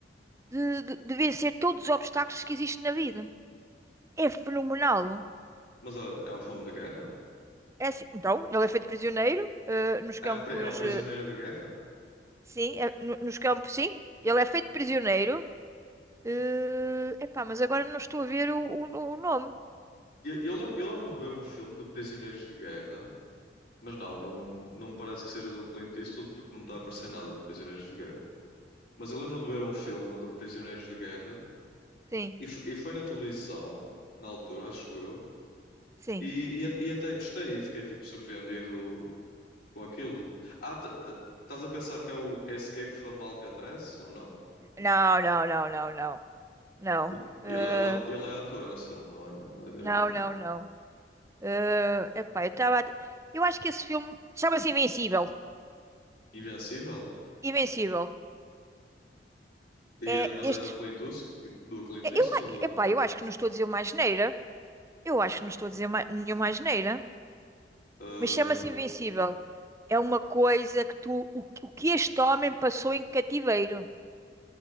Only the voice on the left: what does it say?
Mas é, é um filme de guerra?
Ah,
É um, pri- é um prisioneiro
de guerra?
Eu, eu, lem- eu lembro-me de ver um filme de prisioneiros de guerra, mas não, não, não me parece que seja do Clint Eastwood porque não me está a aparecer nada de prisioneiros de guerra. Mas eu lembro-me de ver um filme de prisioneiros de guerra
e, f- e foi na televisão, na altura, acho eu,
e, e, a- e até gostei e fiquei tipo surpreendido com aquilo. Ah, t- eh, estás a pensar que é o Escape from Alcatraz ou não?
Porque ele
é, o, at- ele é ator nesse filme, não é, não é diretor.
Invencível?
E
é- mas é
do Clint Eastwood, do Clint
Eastwood
ou-
Ah,